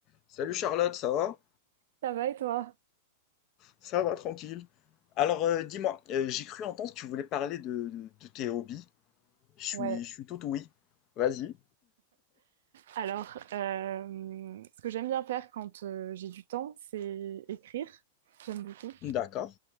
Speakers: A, on the left; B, on the right.
A: Salut Charlotte, ça va?
B: Ça va et toi?
A: Ça va, tranquille. Alors euh, dis-moi, euh, j'ai cru entendre que tu voulais parler de, de tes hobbies. Je suis,
B: Ouais,
A: je suis tout oui. Vas-y.
B: Alors, euh, ce que j'aime bien faire quand euh, j'ai du temps, c'est écrire. J'aime beaucoup.
A: D'accord.